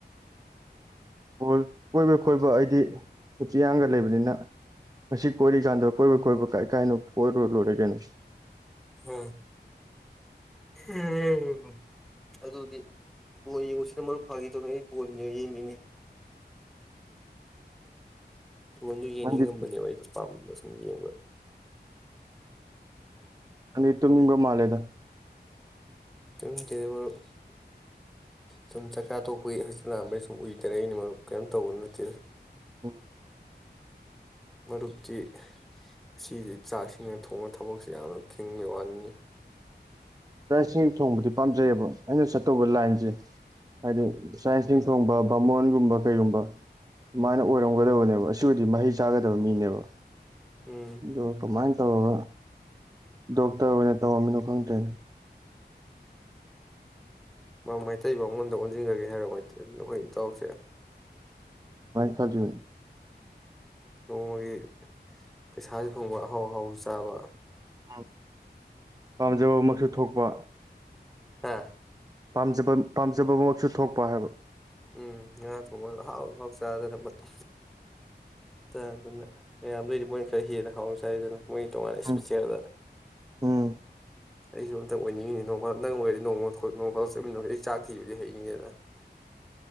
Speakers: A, on the right; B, in the centre.
A: ꯒꯣꯜ ꯀꯣꯏꯕ ꯀꯣꯏꯕ ꯑꯩꯗꯤ ꯆꯤꯌꯥꯡꯒ ꯂꯩꯕꯅꯤꯅ ꯉꯁꯤ ꯀꯣꯏꯔꯤꯀꯥꯟꯗꯕ ꯀꯣꯏꯕ ꯀꯣꯏꯕ ꯀꯥꯏ ꯀꯥꯏꯅꯣ ꯀꯣꯏꯔ ꯂꯣꯏꯔꯦ ꯀꯩꯅꯣ
B: ꯎ <inaudible> ꯑꯗꯨꯗꯤ ꯕꯣꯜ ꯌꯦꯡꯕꯁꯤꯅ ꯃꯔꯨꯞ ꯐꯈꯤ ꯇꯧꯅꯤ ꯑꯩ ꯕꯣꯟ ꯌꯦ ꯌꯦꯡꯅꯤꯡꯉꯤ ꯂꯣꯟꯁꯨ ꯌꯦꯡꯅꯤꯡꯉꯝꯕꯅꯦꯕ
A: ꯅꯪꯗꯤ
B: ꯑꯩꯁꯨ ꯄꯥꯝꯕ ꯁꯨꯝ ꯌꯦꯡꯕ
A: ꯑꯣ <unintelligible> ꯇꯨꯝꯅꯤꯡꯕ ꯃꯥꯂꯦꯗ
B: ꯇꯨꯝꯇꯦ ꯃꯔꯨꯞ ꯁꯨꯝ ꯆꯥꯛꯆ ꯇꯣꯛꯄꯒꯤ ꯍꯆꯤ ꯂꯥꯡꯕꯩ ꯁꯨꯝ ꯎꯏꯗꯑꯩꯅꯦ ꯃꯔꯨꯞ ꯀꯔꯤꯝ ꯇꯧꯕ ꯅꯠꯇꯦꯗ
A: ꯎꯝ
B: ꯃꯔꯨꯞꯇꯤ ꯑꯁꯤꯗꯤ ꯆꯥꯛꯁꯤꯡꯅ ꯊꯣꯡꯕ ꯊꯕꯛꯁꯤ ꯌꯥꯝꯅ ꯊꯤꯡꯕꯒꯤ ꯋꯥꯅꯤꯅꯤ
A: ꯆꯥꯏꯁꯤꯡ ꯊꯣꯡꯕꯗꯤ ꯄꯥꯝꯖꯩꯕ ꯑꯩꯅ ꯆꯠꯇꯧꯕ ꯂꯥꯏꯟꯁꯦ
B: ꯎꯝ
A: ꯑꯗꯨ ꯆꯥꯏꯁꯤꯡ
B: ꯎꯝ
A: ꯊꯣꯡꯕ ꯕꯥꯃꯣꯟ ꯕ ꯀꯩꯒꯨꯝꯕ ꯃꯥꯅ
B: ꯎꯝ
A: ꯑꯣꯏꯔꯝꯒꯗꯕꯅꯦꯕ ꯁꯨꯒꯗꯤ ꯃꯍꯩ ꯆꯥꯒꯗꯕ ꯃꯤꯅꯦꯕ
B: ꯎꯝ
A: ꯑꯗꯣ ꯀꯃꯥꯏꯅ ꯇꯧꯔꯒ ꯇ ꯑꯣꯏꯅ ꯇꯧꯃꯤꯅꯣ ꯈꯪꯇ꯭ꯔꯦ
B: ꯎꯝ ꯃꯩꯇꯩꯕ ꯑꯩꯉꯣꯟꯗ ꯑꯣꯟꯁꯤꯟꯈ꯭ꯔꯒꯦ ꯍꯥꯏꯔꯣ ꯃꯩ ꯑꯩꯈꯣꯏ ꯏꯇꯥꯎꯁꯦ
A: ꯃꯥꯏ ꯀꯖ
B: ꯅꯣꯡꯃꯒꯤ ꯄꯩꯁꯥꯁꯨ ꯐꯪꯕ ꯑꯍꯥꯎ ꯑꯍꯥꯎꯁꯨ ꯆꯥꯕ
A: ꯑ ꯄꯥꯝꯖꯕꯃꯛꯁꯨ ꯊꯣꯛꯄ
B: ꯍꯥꯥ
A: ꯄꯥꯝꯖꯕ ꯄꯥꯝꯖꯕꯃꯛꯁꯨ ꯊꯣꯛꯄ ꯍꯥꯏꯕ
B: ꯎꯝ ꯌꯥ ꯊ ꯍꯥꯎ ꯍꯥꯎ ꯆꯥꯗꯅ ꯃꯇ ꯇꯥꯗꯅ ꯃꯌꯥꯝꯗꯗꯤ ꯃꯣꯏꯅ ꯈꯔ ꯍꯦꯟꯅ ꯍꯥꯎꯔ ꯆꯥꯏꯗꯅ ꯃꯣꯏ ꯇꯣꯉꯥꯟꯅ ꯏꯁ
A: ꯎꯝ
B: ꯄꯤꯛꯆꯦꯌꯔꯗ
A: ꯎꯝ
B: ꯑꯩꯁꯨ ꯑꯝꯇꯪ ꯑꯣꯏꯅꯤꯡꯉꯤꯅꯦ ꯅꯣꯡ ꯐꯥ ꯅꯪ ꯑꯣꯏꯔꯗꯤ ꯅꯣꯡꯃ ꯅꯣꯡ ꯐꯥ ꯆꯠꯃꯤꯟꯅꯗꯤ ꯑꯩ ꯆꯥꯛ ꯊꯤꯈꯤꯕꯗꯤ ꯍꯩꯅꯤꯅꯤꯅ